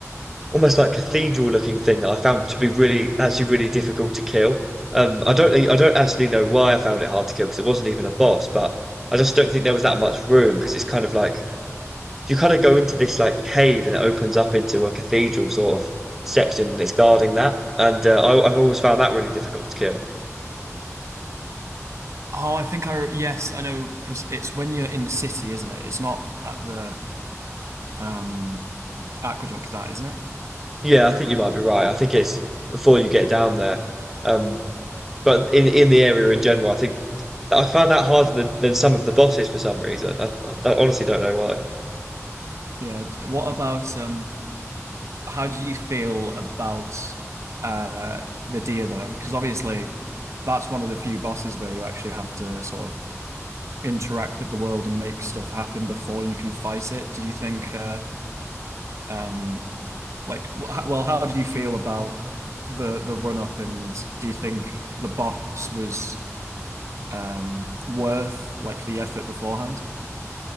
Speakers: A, in the centre; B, on the right.
A: almost like cathedral looking thing that I found to be really actually really difficult to kill. Um, I don't I don't actually know why I found it hard to kill because it wasn't even a boss, but I just don't think there was that much room because it's kind of like you kind of go into this like cave and it opens up into a cathedral sort of section and it's guarding that. And uh, I, I've always found that really difficult to kill.
B: Oh, I think I yes, I know. pres- It's when you're in the city, isn't it? It's not at the um aqueduct, that, isn't it?
A: Yeah, I think you might be right. I think it's before you get down there. Um, but in in the area in general, I think I found that harder than, than some of the bosses for some reason. I, I, I honestly don't know why.
B: Yeah. d- What about um? How do you feel about uh the deer though? Because obviously, that's one of the few bosses where you actually have to sort of interact with the world and make stuff happen before you can fight it. Did you think uh? Um, like, wh- well, how did you feel about the the run up, and do you think the boss was um worth like the effort beforehand?